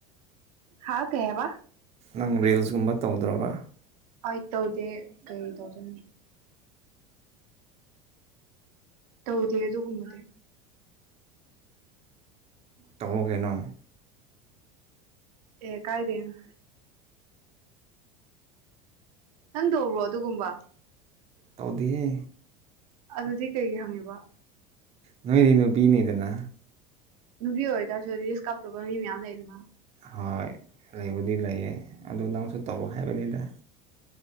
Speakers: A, on the right; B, on the right.
A: ꯍꯥꯥ ꯀꯌꯥꯕ
B: ꯅꯪ ꯔꯤꯜꯁꯀꯨꯝꯕ ꯇꯧꯗ꯭ꯔꯕ
A: ꯑꯥꯏ ꯇꯧꯗꯦ ꯀꯩꯗꯧꯔ ꯇꯧ ꯊꯒꯗꯒꯨꯝꯃꯗ
B: ꯇꯧꯕꯒꯅꯣ
A: ꯑꯦ ꯀꯥꯏꯗꯅ ꯅꯪꯗꯔꯣ ꯑꯗꯨꯒꯨꯝꯕ
B: ꯇꯧꯗꯤꯌꯦ
A: ꯑꯗꯨꯗꯤ ꯀꯩꯒꯤ ꯍꯪꯉꯤꯕ
B: ꯅꯣꯏꯗꯤ ꯅꯨꯄꯤꯅꯤꯗꯅ
A: ꯅꯨꯄꯤ ꯑꯣꯏꯇꯥꯔꯁꯨ ꯔꯤꯁ ꯀꯥꯞꯇꯣꯛꯄ ꯃꯤ ꯃꯌꯥꯝ ꯂꯩꯗꯅ
B: ꯍꯣꯏ ꯂꯩꯕꯨꯗꯤ ꯂꯩꯌꯦ ꯑꯗꯣ ꯅꯪꯁꯨ ꯇꯧ ꯍꯥꯏꯕꯅꯤꯗ